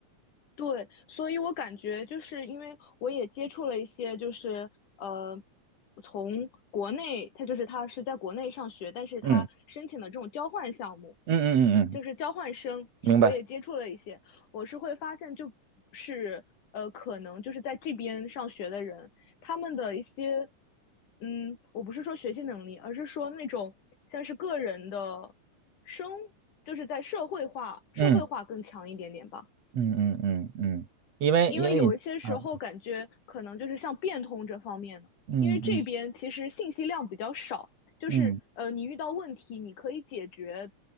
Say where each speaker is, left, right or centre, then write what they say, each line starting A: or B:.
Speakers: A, on the left; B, on the right.
A: 对，所以我感觉就是因为我也接触了一些，就是呃，从国内，他就是他是在国内上学，但是他申请的这种交换项目，
B: 嗯嗯嗯嗯嗯，
A: 就是交换生，
B: 明白。
A: 我也接触了一些，我是会发现就是呃，可能就是在这边上学的人，他们的一些，嗯，我不是说学习能力，而是说那种像是个人的生，就是在社会化，社会化更强一点点吧。
B: 嗯嗯嗯嗯嗯，因为因为你啊，
A: 因为有一些时候感觉可能就是像变通这方面的，
B: 嗯嗯
A: 因为这边其实信息量比较少，就是呃，
B: 嗯
A: 你遇到问题你可以解决